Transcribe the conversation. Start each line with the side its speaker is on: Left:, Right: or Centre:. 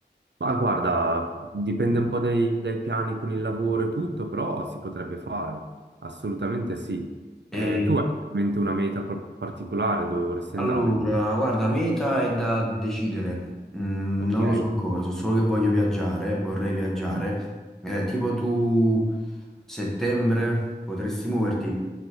Right: ma guarda, dipende un po' dai, dai piani con il lavoro e tutto, però si potrebbe fare, assolutamente sì. Eh,
Centre: E
Right: tu hai in mente una meta par- particolare dove vorresti
Centre: allora,
Right: andare?
Centre: guarda, meta è da decidere, Mm,
Right: Ok.
Centre: non lo so ancora, so solo che voglio viaggiare, vorrei viaggiare.
Right: Mhm.
Centre: Eh, tipo tu settembre potresti muoverti